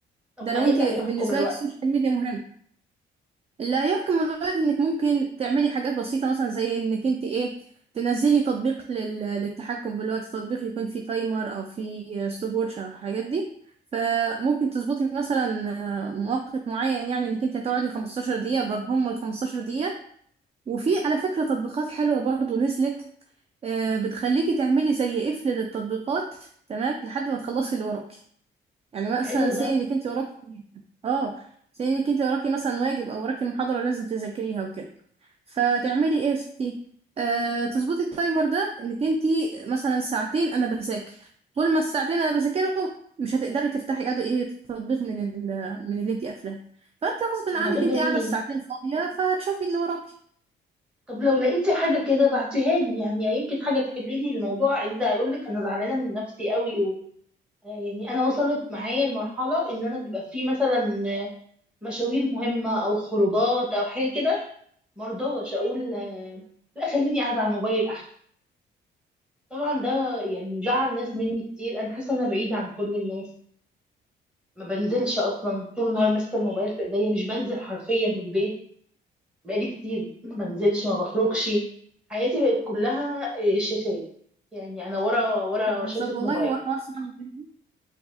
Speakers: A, in the centre; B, on the right.
A: طب
B: ده
A: ما
B: لو
A: ايه
B: انت
A: اللي
B: بالنسبه
A: هيحكم الوقت
B: لك السوشيال ميديا مهم لا يحكم الغاية انك ممكن تعملي حاجات بسيطه مثلا زي انك انت ايه تنزلي تطبيق لل... للتحكم بالوقت تطبيق يكون فيه تايمر او فيه ستوب ووتش او الحاجات دي فممكن تظبطي مثلا آه، مؤقت معين يعني انك انت هتقعدي 15 دقيقه برهم ال 15 دقيقه وفي على فكره تطبيقات حلوه برضو نزلت آه، بتخليكي تعملي زي قفل للتطبيقات تمام لحد ما تخلصي اللي وراكي يعني مثلا
A: حلو
B: سي
A: ده
B: انك انت وراكي اه سي انك انت وراكي مثلا واجب او وراكي محاضرة لازم تذاكريها وكده فتعملي ايه يا ستي آه تظبطي التايمر ده انك انت مثلا ساعتين انا بذاكر طول ما الساعتين انا بذاكرهم مش هتقدري تفتحي أد- ايه تطبيق من ال من اللي انت قافلاه فانت غصب
A: طب
B: عنك
A: ما ده جميل
B: انت قاعدة الساعتين فاضية فهتشوفي اللي وراكي
A: طب لو لقيتي حاجه كده بعتيها لي يعني يمكن حاجه تحللي الموضوع عايزه هيقول لك انا زعلانه من نفسي قوي آه، يعني انا وصلت معايا لمرحله ان انا بيبقى في مثلا مشاوير مهمه او خروجات او حاجه كده مرضاش اقول آه، لا خليني قاعده على الموبايل احسن طبعا ده يعني زعل ناس مني كتير انا حاسه ان انا بعيده عن كل الناس ما بنزلش اصلا طول النهار ماسكه الموبايل في ايديا مش بنزل حرفيا من البيت بقالي كتير ما بنزلش ما بخرجش حياتي بقت كلها آه، شاشات يعني انا ورا ورا
B: بالظبط
A: شاشه
B: والله
A: موبايل
B: هو حوار صعب جدا.